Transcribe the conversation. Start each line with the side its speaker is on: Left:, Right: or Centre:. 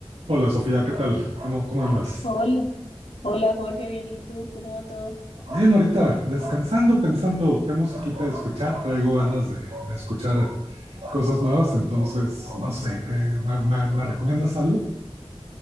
Right: Hola Sofía, ¿qué tal? ¿Cómo, cómo andas?
Left: Hola, hola Jorge, bien, ¿y tú? ¿Cómo va todo?
Right: Bien, ahorita descansando, pensando qué musiquita escuchar. Traigo ganas de, de escuchar cosas nuevas, entonces no sé, ¿qué, me, me- me recomiendas algo?